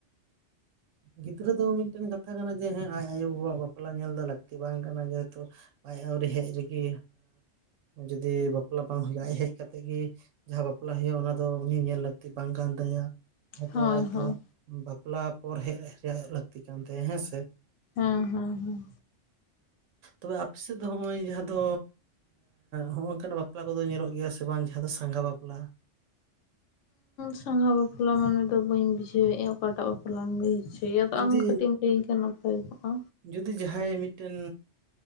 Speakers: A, on the right; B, on the left.
A: ᱜᱤᱫᱽᱨᱟᱹ ᱫᱚ ᱢᱤᱫ ᱴᱮᱱ ᱠᱟᱛᱷᱟ ᱠᱟᱱᱟ ᱡᱮ ᱦᱮᱸ ᱟᱡ ᱟᱭᱳ ᱵᱟᱵᱟ ᱣᱟᱜ ᱵᱟᱯᱞᱟ ᱧᱮᱞ ᱫᱚ ᱞᱟᱹᱠᱛᱤ ᱵᱟᱝ ᱠᱟᱱᱟ ᱡᱮᱦᱮᱛᱩ ᱦᱮᱛᱩ ᱟᱹᱣᱨᱤ ᱦᱮᱡ ᱨᱮᱜᱮ ᱮᱸ ᱡᱩᱫᱤ ᱵᱟᱯᱞᱟ ᱵᱟᱝ ᱦᱳᱭᱳᱜᱼᱟᱡ ᱦᱮᱡ ᱠᱟᱛᱮᱜ ᱜᱮ ᱡᱟᱦᱟᱸ ᱵᱟᱯᱞᱟ ᱦᱳᱭᱳᱜ-ᱟ ᱚᱱᱟ ᱫᱚ ᱩᱱᱤ ᱧᱮᱞ ᱞᱟᱹᱠᱛᱤ ᱵᱟᱝ ᱠᱟᱱ ᱛᱟᱭᱟ ᱟᱫᱚ
B: ᱦᱳᱭ
A: ᱟᱡ ᱫᱚ
B: ᱦᱳᱭ
A: ᱵᱟᱯᱞᱟ ᱯᱚᱨ ᱦᱮᱡ ᱨᱮᱭᱟᱜ ᱞᱟᱹᱠᱛᱤ ᱠᱟᱱ ᱛᱟᱭᱟ ᱦᱮᱸᱥᱮ
B: ᱦᱮᱸ ᱦᱮᱸ ᱦᱮᱸ
A: ᱛᱚᱵᱮ ᱟᱯᱮ ᱥᱮᱫ ᱫᱚ ᱱᱚᱜᱼᱚᱭ ᱡᱟᱦᱟᱸ ᱫᱚ ᱦᱚᱸᱜᱚ ᱠᱟᱱᱟ ᱵᱟᱯᱞᱟ ᱠᱚᱫᱚ ᱧᱮᱞᱚᱜ ᱜᱮᱭᱟ ᱥᱮ ᱵᱟᱝ ᱡᱟᱦᱟᱸ ᱫᱚ ᱥᱟᱸᱜᱷᱟ ᱵᱟᱯᱞᱟ
B: ᱥᱟᱸᱜᱷᱟ ᱵᱟᱯᱞᱟ ᱢᱟᱱᱮ ᱫᱚ ᱵᱟᱹᱧ ᱵᱩᱡᱷᱟᱹᱣᱮᱫᱼᱟ ᱚᱠᱟ ᱴᱟᱜ ᱵᱟᱯᱞᱟᱢ ᱞᱟᱹᱭ <unintelligible>
A: ᱡᱩᱫᱤ
B: ᱟᱢ ᱠᱟᱹᱴᱤᱡ ᱮᱢ ᱞᱟᱹᱭ ᱟᱹᱧ ᱠᱷᱮᱭᱟ ᱱᱟᱯᱟᱭ ᱠᱚᱜᱼᱟ
A: ᱡᱩᱫᱤ ᱡᱟᱦᱟᱸᱭ ᱢᱤᱫ ᱴᱮᱱ